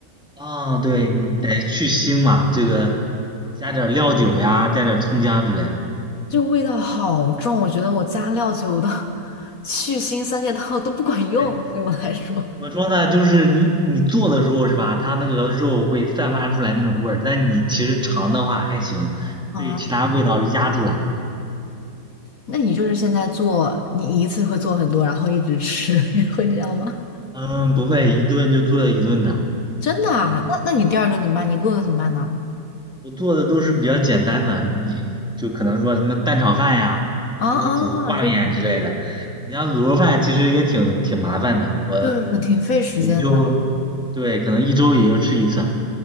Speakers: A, in the centre; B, on the left (about 60°).
A: 啊、对你得去腥嘛，这个加点儿料酒呀，加点儿葱姜之类的。
B: 就味道好重，我觉得我加料酒的 <laughs> 去腥三件套都不管用，
A: 对。
B: 对我来说。
A: 怎么说呢？
B: <laughs>
A: 就是你你做的时候是吧？它那个肉会散发出来那种味儿，但你其实尝的话还行，
B: 啊，
A: 被其他味道压住了。
B: 那你就是现在做，你一次会做很多，然后一直吃，<laughs> 你会这样吗？
A: 嗯，不会，一顿就做一顿的。
B: 真的啊？
A: 对，
B: 那那你第二顿怎么办？你饿了怎么办呢？
A: 我做的都是比较简单的，你就可能说什么蛋炒饭呀，
B: 啊
A: 或者说煮个挂面之类的。
B: 啊，这种
A: 你像卤肉饭其实也挺挺麻烦的，我
B: 就是挺费时间的。
A: 也就对，可能一周也就吃一次。